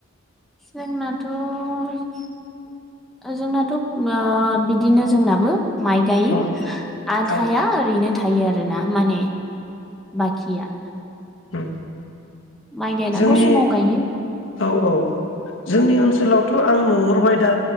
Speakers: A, in the centre; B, on the left.
A: जोंनाथ-जोंनाथ ओ बिदिनो जोंनाबो माइ गायो
B: औ
A: आधाया
B: औ
A: ओरैनो थायो आरो न माने बाखिया
B: औ
A: माइ गायनांगौ
B: जोंनि
A: समाव गायो
B: औ औ जोंनि ओनसोलावथ आं नुहुरबाय दा